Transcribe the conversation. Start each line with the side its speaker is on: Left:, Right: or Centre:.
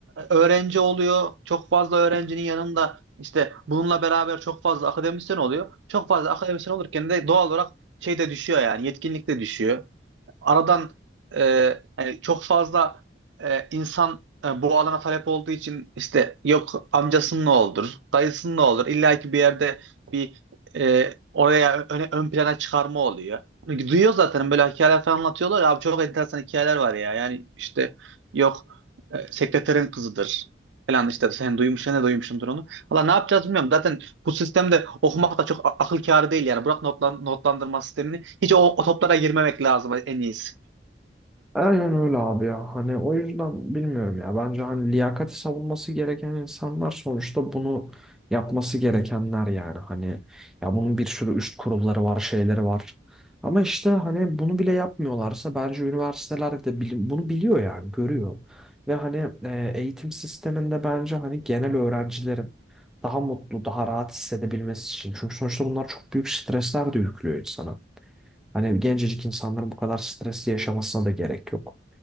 Right: öğrenci oluyor. Çok fazla öğrencinin yanında işte bununla beraber çok fazla akademisyen oluyor. Çok fazla akademisyen olurken de doğal olarak şey de düşüyor yani yetkinlik de düşüyor aradan e, hani çok fazla e, insan e, bu alana talep olduğu için işte yok amcasının ne olur, dayısının ne olur. İlla ki bir yerde bir e, oraya öne, ön plana çıkarma oluyor. Çünkü Duyuyor zaten böyle hikayeler falan anlatıyorlar ya abi çok enteresan hikayeler var ya. Yani işte yok e, sekreterin kızıdır falan işte sen duymuşsun ne duymuşsundur onu. Valla ne yapacağız bilmiyorum. Zaten bu sistemde okumak da çok a- akıl kârı değil yani. Bırak notlan- notlandırma sistemini. Hiç o, o toplara girmemek lazım en iyisi.
Centre: Aynen öyle abi ya. Hani o yüzden bilmiyorum ya. Bence hani liyakati savunması gereken insanlar sonuçta bunu yapması gerekenler yani. Hani ya bunun bir sürü üst kurulları var, şeyleri var. Ama işte hani bunu bile yapmıyorlarsa bence üniversiteler de bili- bunu biliyor yani, görüyor. Ve hani e, eğitim sisteminde bence hani genel öğrencilerin daha mutlu, daha rahat hissedebilmesi için. Çünkü sonuçta bunlar çok büyük stresler de yüklüyor insana. Hani gencecik insanların bu kadar stresi yaşamasına da gerek yok.